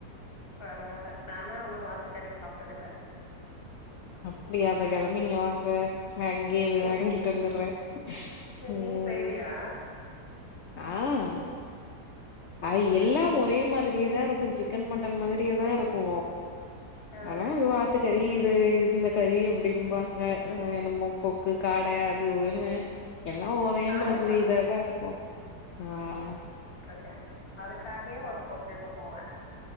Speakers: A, on the left (about 35°); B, on the left (about 75°).
A: பரவால் ல நானா உன்னு வாத்துக்கறி சாப்ட்டதில்ல
B: அப்படியா அப்ப
A: எனக்கு
B: கெளம்பி இங்க வாங்க, நா இங்கியே போய்
A: ம்.
B: வாங்கிட்டு வந்துட்றேன் உம்
A: நீ செய்வியா
B: ஆஹ் அது
A: ஆ
B: எல்லாம்
A: எப்
B: ஒரே மாதிரியேதா இருக் கொஞ் சிக்கன் மட்டன் மாதிரியேதா இருக்கு
A: ஆ
B: ஆனா அது வாத்து கறி இது இந்த கறி அப்பிடிம்பாங்க அஹ் என்னமோ கொக்கு காட அத் து வெண்ணு எல்லா ஒரே
A: காட
B: மாதிரி
A: சாப்ட்ருக்கே
B: இதாதா இருக்கு ஆஹ்
A: கே அதுக்காகயே ஒரு ஹோட்லுக்கு போவேன்